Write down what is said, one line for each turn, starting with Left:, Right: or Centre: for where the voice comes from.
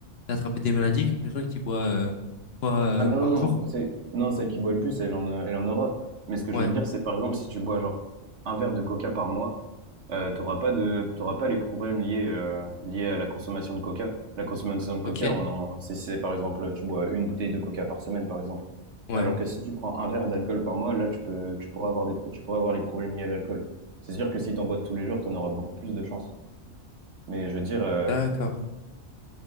Left: d'attraper des maladies qu'une personne qui boit euh, une fois euh,
Right: Ah
Left: par
Right: non, non,
Left: jour.
Right: non, celle, non, celle qui boit le plus, elle en, a- elle en aura. Mais ce que
Left: Ouais,
Right: je veux dire, c'est par exemple, si tu bois genre un verre de coca par mois, euh, t'auras pas de, t'auras pas les problèmes liés, euh, liés à la consommation de coca. La consommation de
Left: ok,
Right: coca, on en, c'est, c'est, par exemple, tu bois une bouteille de coca par semaine, par exemple.
Left: ouais,
Right: Alors que si tu prends un verre d'alcool par mois, là, tu peux, tu pourras avoir des, tu pourras avoir les problèmes liés à l'alcool. C'est sûr que si t'en bois tous les jours, t'en auras beaucoup plus de chances. Mais je veux dire, euh,
Left: d'accord.